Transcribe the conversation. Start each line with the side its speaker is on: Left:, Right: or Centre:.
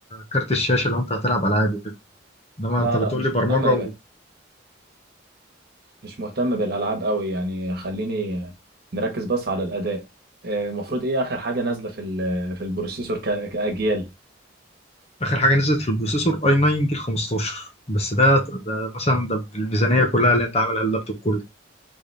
Left: كارت الشاشه لو انت هتلعب العاب وكده انما
Right: لا
Left: انت بتقول
Right: لا مش
Left: لي برمجه
Right: مهتم مش مهتم بالالعاب قوي يعني خليني نركز بس على الاداء آه، المفروض ايه اخر حاجه نازله في ال- في البروسيسور ك- كاجيال
Left: واخر حاجه نزلت في البروسيسور اي 9 جيل 15 بس ده ده مثلا ده بالميزانيه كلها اللي انت عاملها اللابتوب كله